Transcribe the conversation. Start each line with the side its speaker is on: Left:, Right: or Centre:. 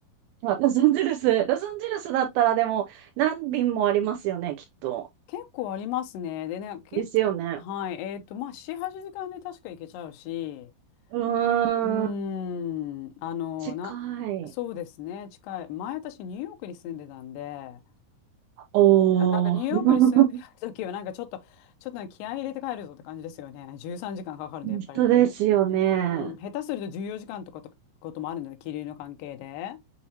Right: あ、ロサンゼルス。ロサンゼルスだったらでも何便もありますよね、きっと。
Left: 結構ありますね。でね、け、
Right: ですよね。
Left: はい、えっと、まあ、4、8時間で確か行けちゃうし、
Right: うーん、
Left: うーん、あの、
Right: 近
Left: な、そうですね、
Right: い。
Left: 近い。前私、ニューヨークに住んでたんで、
Right: おー、
Left: いやなんかニューヨークに住んでる時は、なんかちょっと、ちょっとね気合い入れて帰るぞって感じですよね。13時間かんかかるんで、
Right: <laughs> 人ですよね。
Left: やっぱり。うん、下手すると14時間とかと、こともあるので、気流の関係で。